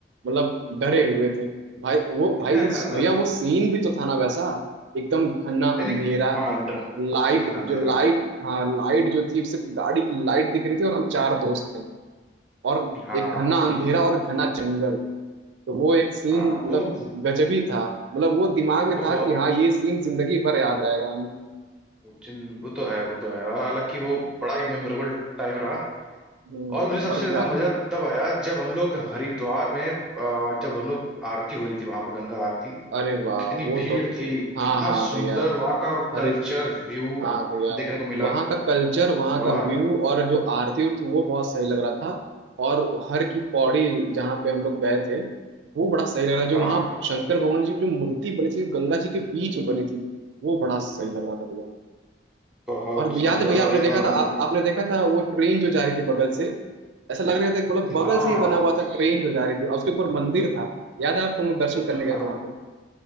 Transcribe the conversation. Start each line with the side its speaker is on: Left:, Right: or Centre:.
Right: मतलब डरे हुए थे भाई वो भाई
Centre: <laughs> हाँ,
Right: उस
Centre: हाँ हाँ।
Right: भैया वो सीन भी तो था ना वैसा एकदम घना
Centre: नहीं
Right: अंधेरा
Centre: नहीं हाँ ड-
Right: लाइट
Centre: घना अंधेरा
Right: जो लाइट
Centre: हाँ
Right: हाँ लाइट जो थी सिर्फ गाड़ी की लाइट दिख रही थी और हम चार दोस्त थे और
Centre: हाँ
Right: एक घना अंधेरा
Centre: ये-
Right: और घना जंगल तो वो एक सीन
Centre: हाँ,
Right: मतलब
Centre: वो
Right: गजबी था मतलब वो दिमाग में
Centre: वो
Right: था
Centre: बहुत
Right: कि हाँ ये सीन जिंदगी भर याद रहेगा हमें
Centre: जिन वो तो है वो तो है और हालांकि वो बड़ा ही मेमोरेबल टाइम रहा
Right: हम्म,
Centre: और मुझे सबसे
Right: और
Centre: ज्यादा
Right: गा
Centre: मजा तब आया जब हम लोग हरिद्वार में अ, जब हम लोग आरती हो रही थी वहां पर गंगा आरती
Right: अरे वाह
Centre: तो कितनी
Right: वो
Centre: भीड़
Right: तो
Centre: थी
Right: हाँ
Centre: कितना
Right: हाँ
Centre: सुंदर
Right: भैया
Centre: वहां का कल्चर
Right: अरे
Centre: व्यू
Right: हाँ भैया
Centre: देखने को मिला
Right: वहाँ का कल्चर वहाँ
Centre: बड़ा
Right: का व्यू
Centre: है
Right: और जो आरती उरती वो बहुत सही लग रहा था और हर की पौड़ी जहाँ पे हम लोग गए थे वो बड़ा सही लग रहा जो
Centre: हाँ
Right: वहाँ शंकर भगवान जी की जो मूर्ति बनी थी गंगा जी के बीच में बनी थी वो बड़ा सही लग रहा था भैया
Centre: बहुत
Right: और याद
Centre: सुंदर
Right: है भैया आपने
Centre: यार
Right: देखा था आप, आपने देखा था वो ट्रेन जो जा रही थी बगल से ऐसा लग रहा था कि मतलब बगल
Centre: हाँ
Right: से ही बना हुआ था ट्रेन जो जा रही थी और उसके ऊपर मंदिर था याद है आपको हम लोग दर्शन करने
Centre: हाँ
Right: गए थे वहां पे